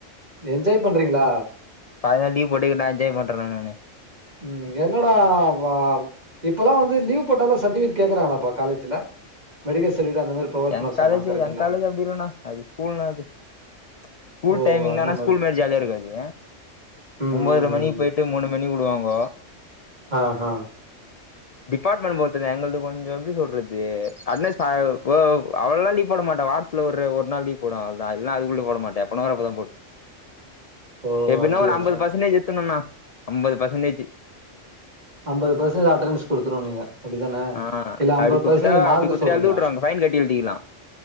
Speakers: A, on the right (about 35°); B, on the left (about 80°).
A: என்ஜாய் பண்றீங்களா
B: பாதி நாள் லீவ் போட்டுக்கிட்டா நா என்ஜாய் பண்றேனா நானு
A: ம் என்னடா வா இப்பெல்ல வந்து லீவ் போட்டாலே சர்டிபிகேட் கேக்கறாங்களாப்பா காலேஜ்ல மெடில் சர்டிகேட் அந்த மாரி ப்ரொவைட்
B: எங்
A: பண்ண
B: காலேஜ்
A: சொல்றாங்க கரெக்டுங்களா
B: எங் காலேஜ் அப்டி இல்லனா அது ஸ்கூல்னா அது ஸ்கூல்
A: ஓ
B: டைமிங்தானா
A: அந்த
B: ஸ்கூல் மாரி ஜாலியா இருக்காது
A: ம்
B: ஒன்பதரை
A: ம்
B: மணிக்கு
A: ம்
B: போயிட்டு ட்டு மூனு மணிவுடுவாங்கோ
A: ஆ ஆஹ்
B: டிபார்ட்மெண்ட் போத்தது எங்கது கொஞ்சோ எப்டி சொல்றது அடனஸ் அ ஒ அவ்ளல்லா லீ் போடமாட்டா வாரத்துல ஒரு ஒரு நாள் லீ் போடுவே அவ்ல்தா இல்லா அதுக்குள்ள போடமாட்ட எப்பனா வரப்பதா போட
A: ஓ
B: எப்பின்னா
A: அப்டியா
B: ஒரு அம்பது பர்சன்டேஜ் எத்துணுன்னா அம்பது பர்சன்டேஜ்
A: அம்பது பர்ஸ்ன் அட்டன்ஸ் கொடுத்துருவோ நீங்க அப்டித்தான
B: ஆ
A: இல்ல அம்பது
B: அப்டி குத்துட்டா
A: பர்சன்ஜ் மார்க்
B: அப்டி குத்துட்டா
A: சொல்றீங்களா
B: எழுதி வுட்ருவாங்க ஃபைன் கட்டி எழுதிக்கலா